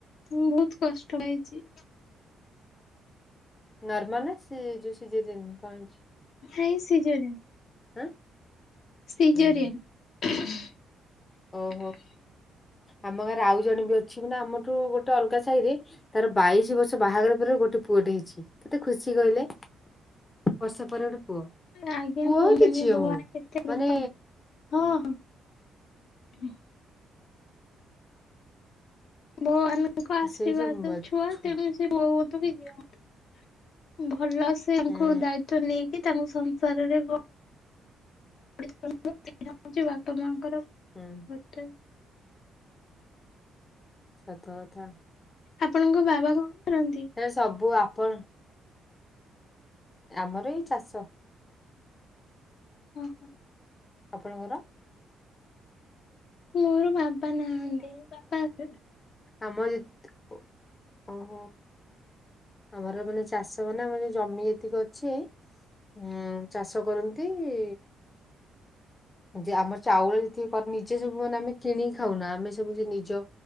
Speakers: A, on the left; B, on the left.
A: ମୁଁ ବହୁତ କଷ୍ଟ ପାଇଚି
B: ନର୍ମାଲ ସେ ଯେ ସିଜରିନ କଣ ହେଇଚି
A: ନାଇ ସିଜରିନ୍
B: ହଁ।
A: ସିଜରିଆନ୍।
B: ହୁଁ ଓହୋ ଆମ ଗାଁରେ ଆଉ ଜଣେ ବି ଅଛି ନା ଆମଠୁ ଗୋଟେ ଅଲଗା ସାହି ରେ ତାର ବାଇଶି ବର୍ଷ ବାହାଘର ଗୋଟେ ପୁଅଟ ହେଇଛି କେତେ ଖୁସି କହିଲେ ବର୍ଷ ପରେ ଗୋଟେ ପୁଅ
A: ଆଜ୍ଞା
B: ପୁଅ
A: କୁହନି
B: ହଉ କି ଝିଅ
A: ଭଗବା
B: ହଉ
A: କେତେ
B: ମାନେ
A: ରୂପାାର ହଁ ହଁ। ହେ ଭଗବାନଙ୍କ
B: ଉଁ
A: ଆଶୀର୍ବାଦ
B: ସେଇ ଯୋଉ ମ
A: ଛୁଆ
B: ଛୁ
A: ତେଣୁ ସେ ବହୁତ ଭଲ ସେ ତାଙ୍କୁ
B: ହୁଁ
A: ଦାୟିତ୍ୱ ନେଇକି ତାଙ୍କୁ ସଂସାରରେ ସେଇଟା ହେଉଛି ବାପା ମା ଙ୍କର
B: ହୁଁ
A: ମୋତେ
B: ସତ କଥା।
A: ଆପଣଙ୍କ ବାବା କଣ କରନ୍ତି?
B: ସାର୍, ସବୁ ଆପଣ ଆମର ଏଇ ଚାଷ।
A: ଓହୋ।
B: ଆପଣଙ୍କର?
A: ମୋର ବାବା ନାହାନ୍ତି ବାପା <unintelligible>
B: ଆମରିତ, ଓହୋ। ଆମର ମାନେ ଚାଷ ମାନେ ଆମର ଜମି ଯେତିକ ଅଛି ଆଁ ଚାଷ କରନ୍ତି ଇ ଯେ ଆମର ଚାଉଳ ଯେତିକି କର ନିଜେ ସବୁ ମାନେ ଆମେ କିଣିକି ଖାଉନା ଆମେ ସବୁ ନି ଯୋ